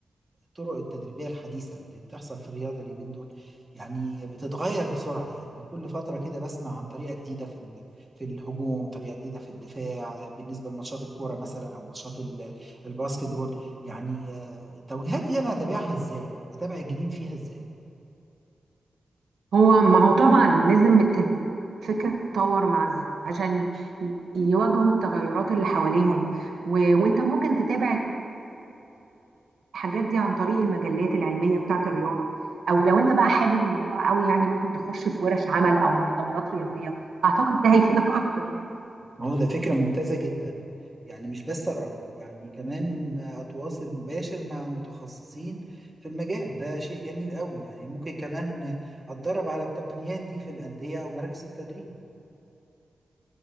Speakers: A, on the right; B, on the right.
A: الطرق التدريبية الحديثة اللي بتحصل في الرياضة اليومين دول يعني بتتغير بسرعة يعني كل فترة كده بسمع عن طريقة جديدة في ال- في الهجوم طريقة جديدة في الدفاع بالنسبة لماتشات الكورة مثلا أو ماتشات ال- الباسكت بول يعني آه، التوجيهات دي أنا هتابعها إزاي يعني هتابع الجديد فيها إزاي
B: هو ما هو طبعا لازم الت- الفكرة تتطور مع الز- عشان ي- يواجهوا التغيرات اللي حواليهم و... وانت ممكن تتابع الحاجات دي عن طريق المجلات العلمية بتاعت الرياضة أو لو أنت بقى حابب الموضوع قوي يعني ممكن تخش في ورش عمل أو مؤتمرات رياضية أعتقد ده هيفيدك أكتر يعني
A: ما هو ده فكرة ممتازة جدا يعني مش بس أقرأ يعني كمان أتواصل مباشر مع المتخصصين في المجال ده شيء جميل قوي يعني ممكن كمان أتدرب على التقنيات دي في الأندية أو مراكز التدريب